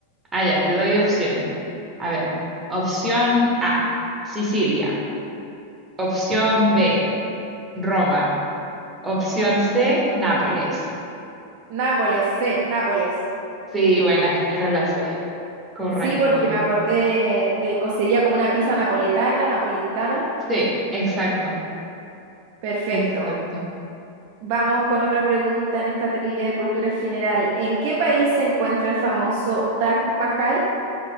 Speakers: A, on the right; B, on the right.
A: Ah, ya, te doy opciones. A ver, opción A, Sicilia. Opción B, Roma. Opción C, Nápoles.
B: Nápoles, C, Nápoles.
A: Sí, buena, era la C. Correcto.
B: Sí, porque me acordé de cocería como una pizza napoletana, napolitana.
A: Sí, exacto,
B: Perfecto.
A: exacto.
B: Vamos con otra pregunta en esta trivia de cultura general. ¿En qué país se encuentra el famoso Taj Mahal?